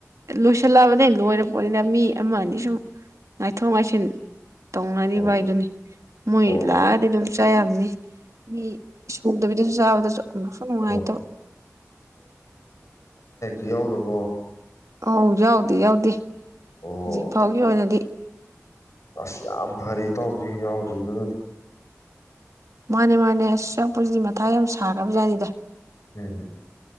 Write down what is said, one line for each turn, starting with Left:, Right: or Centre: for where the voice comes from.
Right: ꯂꯣꯏꯁꯜꯂꯛꯑꯕꯅꯦ ꯂꯣꯏꯔꯕ ꯑꯩꯈꯣꯅꯤꯅ ꯃꯤ ꯑꯃꯅꯤ ꯑꯅꯤ ꯁꯨꯝ ꯉꯥꯏꯊꯣꯛ ꯉꯥꯏꯁꯤꯟ ꯇꯧꯅꯔꯤꯕ
Left: ꯑꯣ
Right: ꯍꯥꯏꯗꯨꯅꯤ ꯃꯣꯏ
Left: ꯑꯣ ꯑꯣ
Right: ꯂꯥꯛꯑꯗꯤ ꯑꯗꯨꯝ ꯄꯆꯥꯥ ꯌꯥꯝꯅꯤ ꯃꯤ ꯁꯨꯗꯕꯤꯗꯁꯨ ꯆꯥꯕꯗꯁꯨ ꯑꯃꯨꯛꯁꯨ ꯅꯨꯡꯉꯥꯏꯇꯕ
Left: ꯑꯣ ꯨ ꯌꯥꯎꯗꯕꯣ
Right: ꯍꯧ ꯌꯎꯗꯤ ꯌꯎꯗꯤ
Left: ꯑꯣ
Right: ꯍꯧꯖꯤꯛ ꯐꯥꯎꯒꯤ ꯑꯣꯏꯅꯗꯤ
Left: ꯑꯁ ꯌꯥꯝ ꯐꯔꯤ ꯇꯧꯒ ꯌꯥꯎꯗꯗ
Right: ꯃꯥꯅꯦ ꯃꯥꯅꯦ ꯑꯁ ꯆꯞꯄꯁꯤꯗꯤ ꯃꯊꯥ ꯌꯥꯝ ꯁꯥꯈ꯭ꯔꯕꯖꯥꯠꯅꯤꯗ
Left: ꯎꯝ